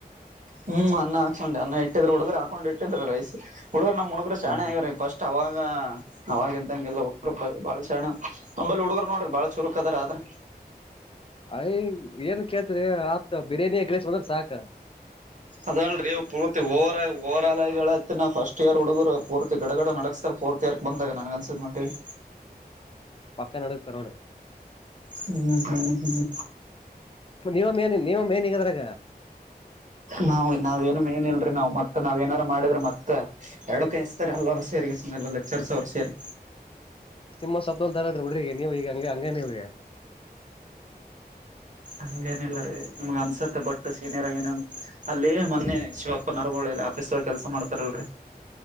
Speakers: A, on the right; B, on the left.
A: ಹ್ಮ್ ಅನ್ನ ಹಾಕ್ಕೊಂಡ್ ಅನ್ನ ಇಟ್ಟಿದ್ರರು ಹುಡುಗರು ಹಾಕೊಂಡ್ ಇಟ್ಟಿದ್ರ ರೈಸ್ ಹುಡುಗರ ನಮ್ಮ ಹುಡಗರ ಶಾನ್ಯಾ
B: ಹ
A: ಆಗ್ಯಾವರ್ ಫಸ್ಟ್ ಅವಾಗ ಅವಾಗ ಇದ್ದಂಗೆಲ್ಲ ಹುರು ಬಾಳ ಶಣ ತಂಬಲ್ಲಿ ಹುಡುಗರು ನೋಡ್ರಿ ಬಾಳ ಚುರುಕ್ ಅದಾರ ಆದ್ರ
B: ಅಯ್ ಏನ್ ಕೇಳ್ತರಿ ಆತ ಬಿರಿಯಾನಿ ಗ್ರೇಸ್ ಬಂದ್ರ ಸಾಕ
A: ಅದಲ್ರಿೀ ಪೂರ್ತಿ ಓವರ್ ಓವರ್ಲ್ ಹೇಳತಿಿನ ಫಸ್ಟ್ ಇಯರ್ ಹುಡುಗರು ಪೂರ್ತಿ ಗಡಗಡ ನಡಸ್ತಾರ್ ಫೋರ್ತ್ ಇಯರ್ ಬಂದಾಗ ನನ್ ಅನ್ಸಿದ ಮಾಡಂಟ ಹೇಳಿ
B: ಪಕ್ಕ ನಡಗ್ತಾರ ನೋಡ್ರಿ
A: ಹ್ಮ್ ಹ್ಮ್ ಹ್ಮ್
B: ನೀವ ಮೇನ್ ನೀವ ಮೇನ್ ಈಗದ್ರಾಗ
A: ನಾವ ನಾವೇನು ಏನ್ಲ್ರಿ ನಾವು ಮ ನಾವ್ ಏನಾದಾರರು ಮಾಡಿದ್ರೆ
B: ಅದ
A: ಮತ್ತೆ ಎರಡಕ ಎಸ್ತಾರೆ ಎಲ್ಲರು ಸೇರಿ ಎಲ್ಲ ಲೆಚರ್ಸ್ ಅವ್ರು ಸೇರಿ
B: ನಿಮ್ಮ ಸೊಪ್ಪಂತರ್ರ ಹುಡ್ರಿ ನೀವು ಈಗ ಹಂಗ ಹಂಗ ನೀವರಿ
A: ಹಂಗೇನಿಲ್ಲರರಿ ನಿಮ್ಗ್ ಅನ್ಸತ್ತೆ ಬಟ್ ಸೀನಿಯರ್ ಏನೇ ಅಲ್ಲೇ ಮೊನ್ನೆ ಶಿವಪ್ಪ ನರವಳ ಆಫೀಸ್ ಕೆಲ್ಸ ಮಾಡ್ತಾರಲ್ರರಿ